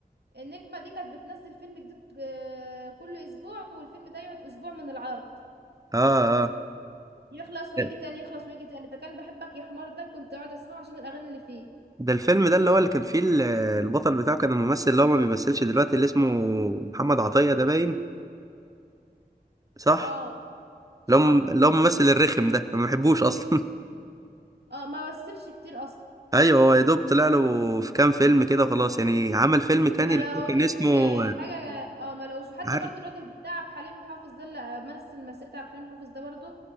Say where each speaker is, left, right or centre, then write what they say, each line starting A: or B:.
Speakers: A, on the right; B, on the right.
A: النجمة دي كانت بتنزل فيلم جديد آه، كل اسبوع والفيلم ده يقعد اسبوع من العرض
B: اه اه
A: يخلص ويجي
B: ده
A: تاني يخلص ويجي تاني فكان بحبك يا حمار ده كنت اقعد اسمعه عشان الاغاني اللي فيه
B: ده الفيلم ده اللي هو اللي كان فيه ال- البطل بتاعه كان الممثل اللي هو ما بيمثلش دلوقتي اللي اسمه محمد عطية ده باين صح
A: اه صح
B: اللي هو اللي هو الممثل الرخم ده ما بحبوش اصلا
A: اه ما مثلش كتير اصلا
B: <laughs> ايوه هو يا دوب طلع له في كام فيلم كده وخلاص يعني عمل فيلم تاني
A: ما
B: اللي
A: لقولوش
B: هو كان اسمه
A: آه، حاجه اه ما لقوش حتى
B: عارف
A: برضو الراجل بتاع عبد الحليم حافظ ده اللي مثل مسيرة عبد الحليم حافظ ده برضو